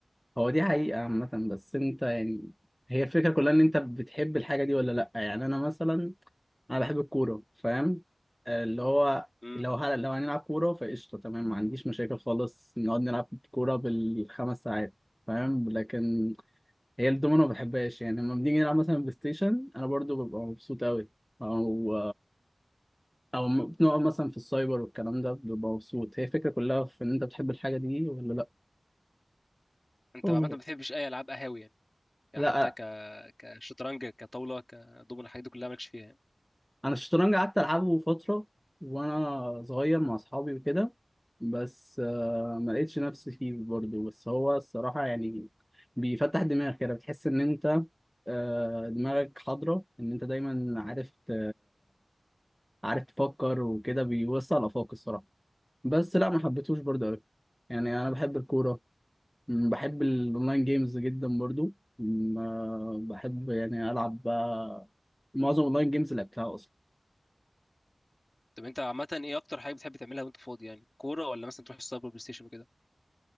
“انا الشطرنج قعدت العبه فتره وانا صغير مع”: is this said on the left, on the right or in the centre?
Centre